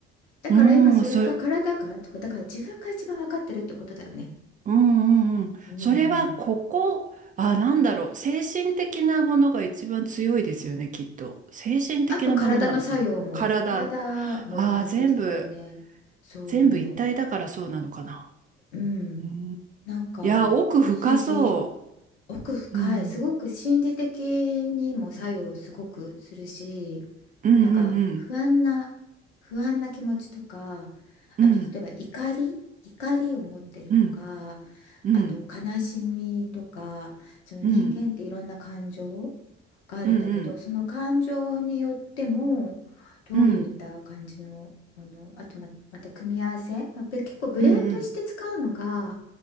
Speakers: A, on the left; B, on the right.
A: だから今それが体がだから自分が一番分かってるってことだよね。
B: うーん、それ、うんうんうん。
A: うんうん
B: それはここ、あ、なんだろう。精神的なものが一番強いですよね、きっと。精神的なものなのかな。
A: あと体の作用も、
B: 体。
A: 体も関係してくるよね。
B: ああ、全部、
A: そ
B: 全部一体だからそうなのかな。
A: う、うん。
B: うん、い
A: なんか不思議。
B: や、奥深そ
A: 奥深いすごく心理的にも作用すごくするし
B: う。うん、うんうんうん。
A: なんか不安な不安な気持ちとか
B: うん、
A: あと例えば怒り怒りを持ってるとか
B: うん、うん、
A: あと悲しみとかその人間っていろんな感情
B: うん、
A: があるんだけどその感情によっても
B: うん、うん、
A: どういった感じのものあとま、
B: うん、
A: また組み合わせまあぶ結構ブレンドして使うのが
B: うん、